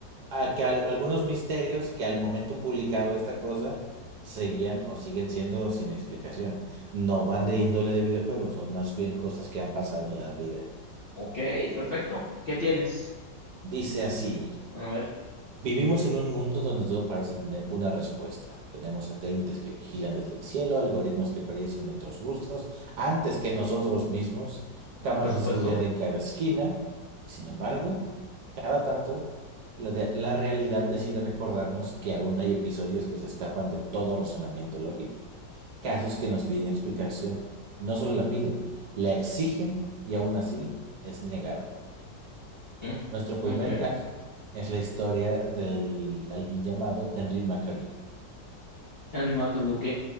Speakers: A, on the right; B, on the left.
A: a que al- algunos misterios que al momento publicado esta cosa seguían o siguen siendo sin explicación. No van de índole de videojuegos, son más bien cosas que han pasado en la vida.
B: Ok, perfecto. ¿Qué tienes?
A: Dice así,
B: A ver.
A: vivimos en un mundo donde todo parece tener una respuesta. Tenemos satélites que vigilan desde el cielo, algoritmos que predicen nuestros gustos antes que nosotros mismos,
B: Mm,
A: cámaras
B: por supuesto.
A: de seguridad en cada esquina. Sin embargo, Cada tanto, la, de- la realidad decide recordarnos que aún hay episodios que se escapan de todo razonamiento lógico, casos que nos piden explicación, y no solo la piden, la exigen y aún así es negada.
B: Mm,
A: Nuestro primer
B: ok.
A: caso es la historia del alguien llamado Henry Maccabee.
B: Henry McAvee, ok.